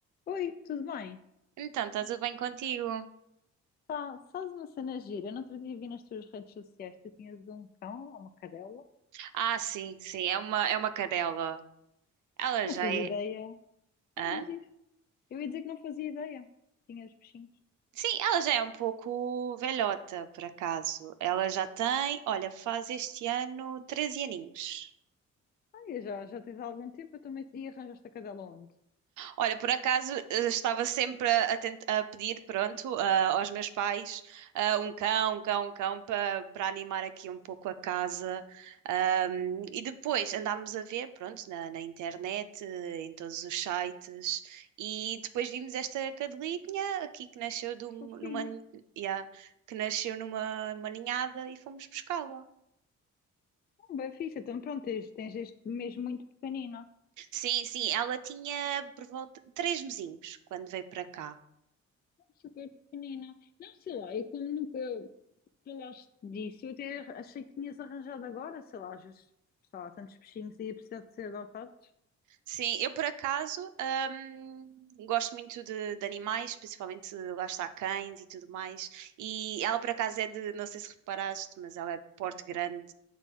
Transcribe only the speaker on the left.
Oi, tudo bem?
Pá, sabes uma cena gira? Eu não outro dia vi nas tuas redes sociais que tu tinhas um cão ou uma cadela.
Eu
não fazia
ideia. Não
diz isso. Eu ia dizer que não fazia ideia que tinhas bichinhos.
Ah, e já, já tens há algum tempo, eu também e arranjaste a cadela onde?
Fofinho.
Ah, bem fixe, então pronto, tens, tens este mesmo muito pequenino.
Super pequenina. Não sei lá, eu como nunca falaste disso, eu até achei que tinhas arranjado agora, sei lá, às vezes, sei lá, há tantos bichinhos e ia precisar de ser adotados.